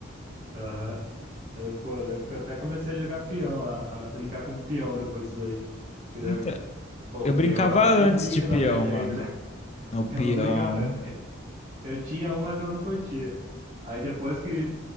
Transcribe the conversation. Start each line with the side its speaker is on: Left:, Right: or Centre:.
Right: Aham. Eu- Pô, eu lembro que eu até comecei a jogar peão, a, a brincar com peão depois disso aí. Que daí,
Left: Então,
Right: eu- pô,
Left: eu
Right: o
Left: brincava
Right: peão é o mais
Left: antes
Right: zica
Left: de peão,
Right: da blade Blade,
Left: mano.
Right: né? <laughs>
Left: No peão.
Right: Eu não brincava, eu, eu tinha um, mas eu não curtia. Aí depois que